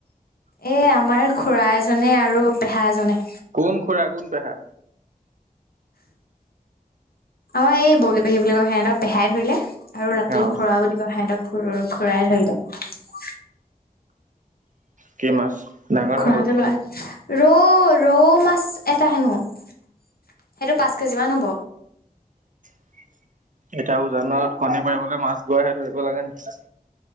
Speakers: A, on the left (about 85°); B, on the right (about 60°).
A: এ আমাৰ খুৰা এজনে আৰু পেহা এজনে।
B: কোন খোৰা কোন পহা।
A: অ এই বৌ পেহী বুলি কয় সিহঁতক পেহাই ধৰিলে ৰাতিটো
B: অ
A: খুৰাও বুলি কয় সিহঁতক খ খুৰাই ধৰিলে <unintelligible>
B: কি মাছ? ডাঙৰ নে
A: খুৰাঁহতৰ
B: সৰু
A: ল'ৰা। ৰৌ ৰৌ মাছ এটা হেনো সেইটো পাঁচ কেজি মান হ'ব।
B: <unintelligible> উজানত কণী পাৰিবলৈ মাছ বোৱহে ধৰিব লাগে নি?